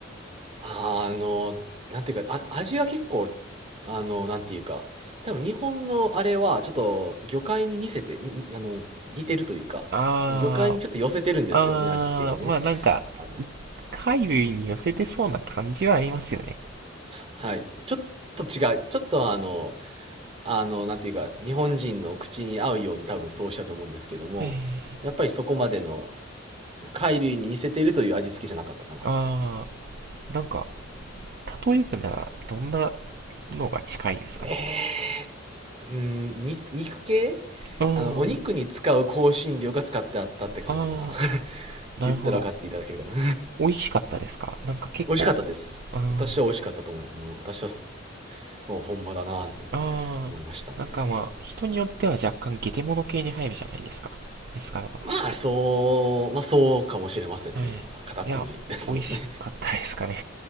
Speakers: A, on the right (about 30°); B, on the right (about 55°).
A: あの、なんていうか、あ、味が結構、あの、なんていうか、多分日本のあれは、ちょっと魚介に似せて、に、にあの、似てるというか、
B: あー、
A: 魚介にちょっと寄せてるんですよね、
B: あー、
A: 味付けがね。
B: まあなんか、
A: あ、
B: 海類に寄せてそうな感じはありますよね。
A: はい。ちょっと違う。ちょっとあの、あの、なんていうか、日本人の口に合うように多分そうしたと思うんですけども、
B: えー、
A: やっぱりそこまでの貝類に似せているという味付けじゃなかったかな。
B: あー、なんか、例えるなら、どんなのが近いですかね。
A: えーうーん、に肉系
B: うーん、
A: あの、お肉に使う香辛料が使ってあったって感じかな。
B: あー、
A: <laughs> っ
B: なるほど。
A: て言ったら分かっていただけるかな。
B: 美味しかったですかなんか結構、
A: <laughs> 美味しかったです。
B: うーん、
A: 私は美味しかったと思います。あの、私は、お本場だなーって
B: あー、
A: 思いましたね。
B: なんかまあ、人によっては若干ゲテモノ系に入るじゃないですか。エスカルゴとかって。
A: <laughs> まあ、そう、まあそうかもしれませんね。
B: はい。
A: カタツムリですもんね。
B: いや、美味しかったですかね。